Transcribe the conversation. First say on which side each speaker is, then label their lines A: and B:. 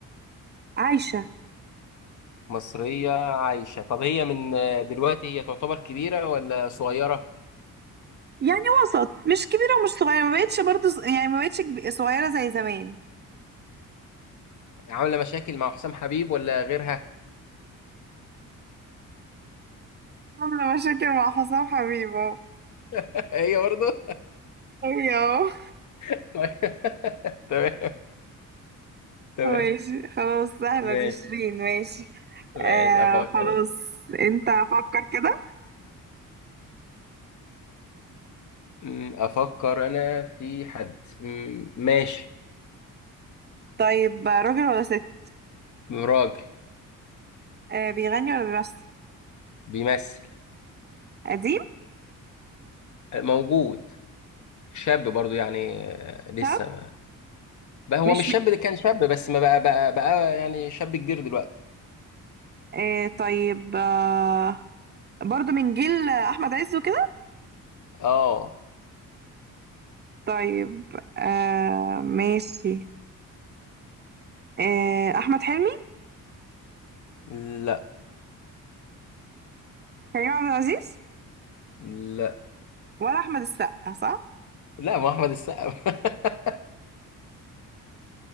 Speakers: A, on the right (about 30°); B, on the left (about 55°).
A: عايشة
B: مصرية عايشة طب هي من آه، دلوقتي هي تعتبر كبيرة ولا صغيرة
A: يعني وسط مش كبيرة ومش صغيرة ما بقتش برضه ص- يعني ما بقتش كب- صغيرة زي زمان
B: عاملة مشاكل مع حسام حبيب ولا غيرها
A: عاملة مشاكل مع حسام حبيب اهو
B: <laughs> هي برضه
A: أيوة
B: <laughs> طيب. <laughs> تمام تمام
A: اهو ماشي خلاص سهلة
B: ماشي
A: دي شيرين ماشي
B: ماشي
A: آه
B: افكر
A: خلاص انت فكر كده
B: أمم، افكر انا في حد أمم، ماشي
A: طيب راجل ولا ست
B: راجل
A: آه بيغني ولا بيمثل
B: بيمثل
A: قديم
B: موجود شاب برضو يعني آه، لسه
A: طب
B: ما بقى هو
A: مش
B: مش
A: م...
B: شاب اللي كان شاب بس ما بقى بقى بقى يعني شاب كبير دلوقتي
A: آه طيب آه برضه من جيل أحمد عز وكده
B: اه
A: طيب آه ماشي آه أحمد حلمي
B: لا
A: كريم عبد العزيز
B: لا
A: ولا احمد السقا صح
B: لا ما هو احمد السقا <laughs>